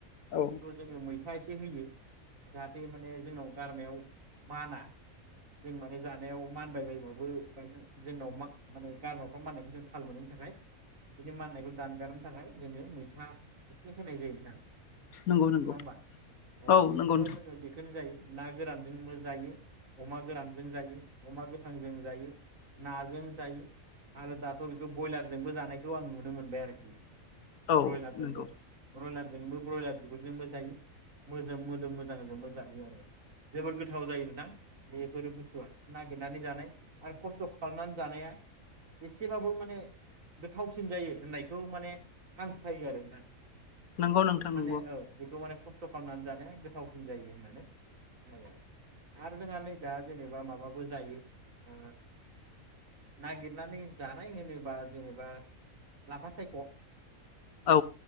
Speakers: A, on the left (about 90°); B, on the right (about 70°).
A: औ
B: बेथ' जोङो मैथा ए से होयो जाहाथे माने जोंनाव गारामायाव माना जों माने जानायाव मानबायबायबाबो बायसेन जोंनाव मा गार ख्रम माननायखौ जों थाल मोननायनि थाखाय बिदि माननायखौ दानगारनो थाखाय जोङो मैथा एसे होनाय जायो नोंथां नङा
A: नंगौ नंगौ
B: होमबा अ
A: औ
B: बेखौबो
A: नंगौ नोंथां
B: जोङो बेखौनो जायो। ना गोरानजोंबो जायो अमा गोरानजों जायो अमा गोथांजों जायो नाजों जायो। आरो दाथ' बेखौ ब्रयलारजोंबो जानायखौ आं नुनो मोनबाय आरोखि।
A: औ
B: ब्रयलारजोंबो
A: नंगौ
B: ब्रयलार जोंबो ब्रयलार बिगुरजोंबो जायो मोदोम-मोदोम मोजांजोंबो जायो आरो जेबोर गोथाव जायो नोंथां। बेफोर बुस्थुआ ना- गिरनानै जानाय आरो खस्थ' खालामनानै जानाया एसेबाबो माने गोथावसिन जायो होननायखौ माने हास्थायो आरो नोंथां
A: नंगौ नोंथां
B: माने
A: नंगौ
B: औ बेखौ माने खस्थ' खालामनानै जानाया गोथावसिन जायो होननानै खनायो आरो आरो जोंहा नै दा जेनेबा माबाबो जायो अ नागिरनानै जानाय होनो बा जेनेबा लाफा सायख'
A: औ